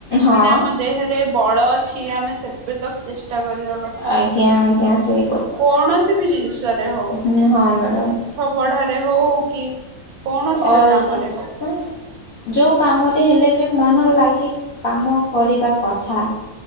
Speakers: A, on the left (about 70°); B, on the right (about 80°).
A: ହଁ
B: ମାନେ ଆମ ଦେହ ରେ ବଳ ଅଛି। ଆମେ ସେବେ ତକ୍ ଚେଷ୍ଟା କରିବା କଥା।
A: ଆଜ୍ଞା ଆଜ୍ଞା ସେଇ
B: କୌଣସି ବି ଜିନିଷରେ ହଉ।
A: ହଁ ହଁ ମ୍ୟାଡ଼ମ୍।
B: ପଢ଼ାରେ ହଉ କି କୌଣସି
A: ଅଲଗା
B: ବି କାମରେ ହଉ।
A: ତ୍ ଯୋଉ କାମରେ ହେଲେ ବି ମନ ଲାଗି କାମ କରିବା କଥା।